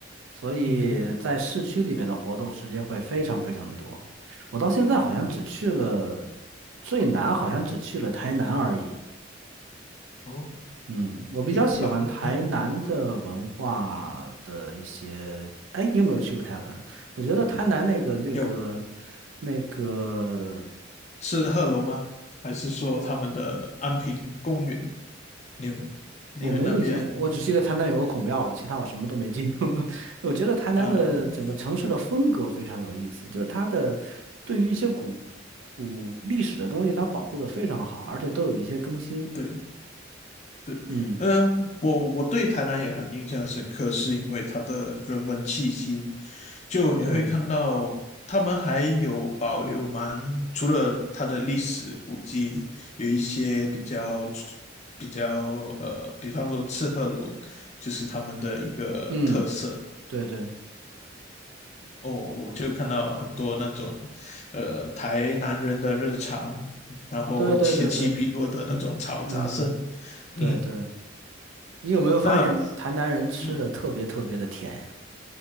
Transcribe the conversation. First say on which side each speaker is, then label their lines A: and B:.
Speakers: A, on the right; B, on the left.
A: 所以在市区里面的活动时间会非常非常多。
B: 嗯
A: 我到现在好像只去了
B: 嗯，
A: 最南，好像只去了台南而已。
B: 哦，
A: 嗯，我比较喜欢台南的文化的一些。
B: 明白，嗯，
A: 哎，你有没有去过台湾？我觉得台南那个、那个、
B: 有
A: 那个，
B: 是鹤楼吗？还是说他们的安平公园？你有你会那边
A: 我没有印象，我只记得台南有个孔庙了，其他我什么都没记住。<laughs> 我觉得台南的整个城市的风格非常有意思，
B: 啊、呃
A: 就是它的对于一些古古历史的东西，它保护的非常好，而且都有一些更新。
B: 对对，
A: 嗯，
B: 嗯、我我对台南也很印象深刻，是因为它的人文气息，就你会看到他们还有保留蛮，
A: 对，
B: 除了它的历史古迹，有一些比较比较呃，比方说赤鹤楼，就是他们的一个特色，
A: 嗯，对对
B: 哦，我就看到很多那种，呃，台南人的日常，然后此起彼落的那种嘈杂声，
A: 对对对对，嗯嗯，
B: 嗯，
A: 对对。你有没有发现台南人吃的特别特别的甜呀？
B: 那，嗯，